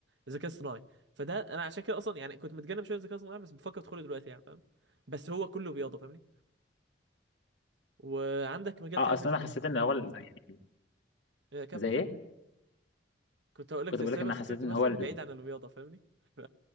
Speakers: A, on the right; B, on the left.
A: الذكاء الاصطناعي فده انا عشان كده اصلا يعني كنت متجنب شويه الذكاء الاصطناعي بس بفكر ادخله دلوقتي يعني فاهم بس هو كله رياضه فاهمني وعندك مجال
B: اه
A: تاني
B: اصل
A: زي الس-
B: انا حسيت ان هو ال- زي
A: آه، كمل
B: زي
A: كمل
B: ايه
A: كنت هقول لك
B: كنت
A: زي
B: بقول
A: السايبر
B: لك ان أنا
A: سيكيورتي
B: حسيت ان
A: مثلا
B: هو ال...
A: بعيد عن الرياضه فاهمني <laughs> ف...